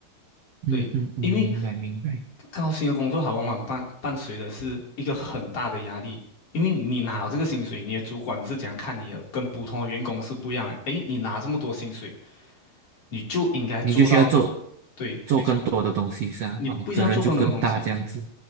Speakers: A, on the right (about 70°); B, on the left (about 40°).
A: 嗯嗯嗯，
B: 对，因为
A: 明白明白，
B: 高薪的工作，它往往伴伴随的是一个很大的压力。因为你拿了这个薪水，你的主管是怎样看你的，跟普通的员工是不一样的。诶，你拿这么多薪水，你就应该做到，
A: 你就需要做
B: 对，
A: 做更多的东西，
B: 没错。
A: 是啊，
B: 你不一定要做更多东西，
A: 哦，责任就更大这样子，